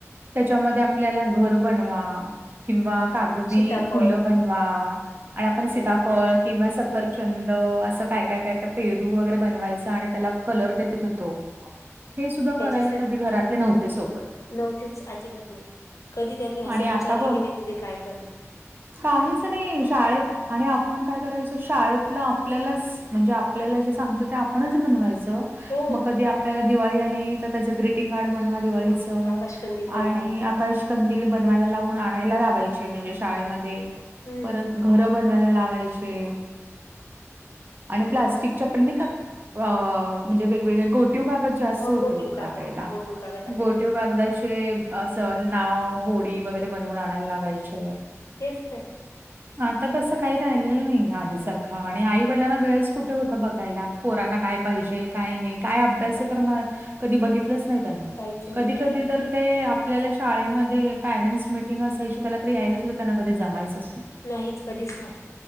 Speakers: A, on the right (about 40°); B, on the left (about 75°).
A: त्याच्यामध्ये आपल्याला घर बनवा किंवा कागदी
B: सीताफळ
A: फुलं बनवा. आणि आपण सीताफळ
B: म्हणतो आपण
A: किंवा सफरचंद
B: हम्
A: असं काय? काय काय पेरू वगैरे बनवायचा आणि त्याला कलर देत - होतो. हे सुद्धा
B: त्याच्यासाठी
A: करायला कधी घरातले नव्हते सोबत.
B: नव्हतेच अजिबात नाही कधी त्यांनी असं
A: आणि
B: विचारलं
A: आता बघ
B: <unintelligible> तुम्ही काय -
A: काहीच नाही शाळेत आणि आपण काय करायचं शाळेतलं आपल्याला म्हणजे आपल्याला जे सांगत ते आपणच बनवायचं.
B: हो
A: मग कधी आपल्याला दिवाळी आली तर त्याच ग्रीटिंग कार्ड बनवा. दिवाळीच
B: हा आकाशकंदील
A: आणि.
B: बनवा
A: आकाश कंदील बनवायला लावून आणायला लावायचे म्हणजे शाळेमध्ये
B: हम्म
A: परत. घरं बनवायला लावायचे. आणि प्लास्टिकच्या पण नाही का अ म्हणजे वेगवेगळ्या गोटीव कागद. जास्त
B: हो
A: होत
B: गोटीव
A: बघ
B: कागद
A: त्या वेळेला
B: गोटीव कागद आपल्याकडे
A: गोटीव कागदाचे असं नाव होळी वगैरे बनवून आणायला लागायचे.
B: तेच तर.
A: आता तसं काही राहिलेलं नाही आधी सारखा आणि आई वडिलांना वेळच कुठे होता बघायला. पोरांना काय पाहिजे काय नाही काय अभ्यास तर म - कधी बघितलंच नाही त्यांना
B: काहीच नाही
A: कधी
B: काहीच
A: कधी
B: नाही
A: तर ते आपल्याला शाळेमध्ये पॅरेंस मिटींग असायची त्याला रात्री यायला सुद्धा त्यांना कधी जमायचं.
B: नाहीच कधीच नाही